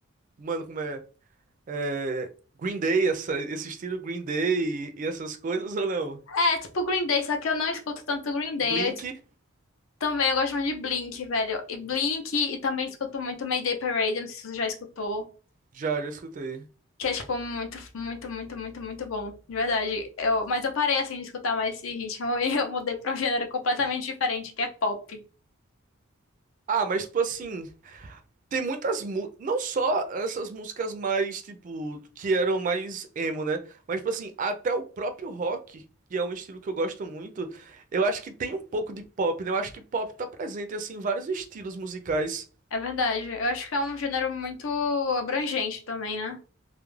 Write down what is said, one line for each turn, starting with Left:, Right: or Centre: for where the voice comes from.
Right: mano, como é? É, Green Day, essa- esse estilo Green Day e, e essas coisas ou não?
Left: É, tipo Green Day, só que eu não escuto tanto Green Day.
Right: Blink,
Left: Também eu gosto muito de Blink, velho. E Blink, e também escuto muito Mayday Parade, não sei se você já escutou.
Right: já, já escutei.
Left: Que é, tipo, muito, muito, muito, muito, muito bom. De verdade. Eu, mas eu parei, assim, de escutar mais esse ritmo <laughs> e eu mudei pra um gênero completamente diferente, que é pop.
Right: Ah, mas tipo assim. Tem muitas mu não só essas músicas mais tipo que eram mais emo, né? Mas tipo assim, até o próprio rock, que é um estilo que eu gosto muito, eu acho que tem um pouco de pop, né? Eu acho que pop tá presente assim em vários estilos musicais.
Left: É verdade. Eu acho que é um gênero muito abrangente também, né?